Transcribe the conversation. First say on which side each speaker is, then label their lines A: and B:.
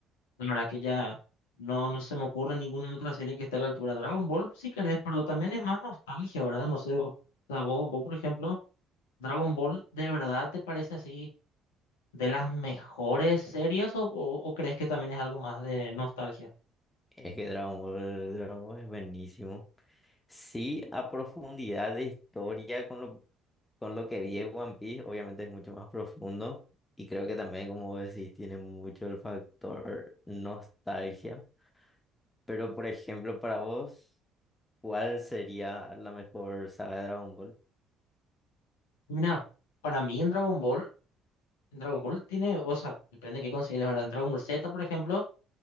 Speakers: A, on the left (about 70°); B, on the left (about 15°).
A: la verdad que ya no, no se me ocurre ninguna otra serie que esté a la altura. Dragon Ball si querés, pero también es más nostalgia, ¿verdad? No sé, vos, o sea, vos, vos, por ejemplo, Dragon Ball ¿de verdad te parece así de las mejores series o, o, o crees que también es algo más de nostalgia?
B: Es que Dragon Ball, Dragon Ball es buenísimo. Sí, a profundidad de historia con lo, con lo que vi en One Piece, obviamente es mucho más profundo. Y creo que también, como vos decís, tiene mucho el factor nostalgia. Pero, por ejemplo, para vos. cuál sería la mejor saga de Dragon Ball,
A: Mira, para mí en Dragon Ball, en Dragon Ball tiene, o sea, depende de qué consideres, ¿verdad? En Dragon Ball Z, por ejemplo.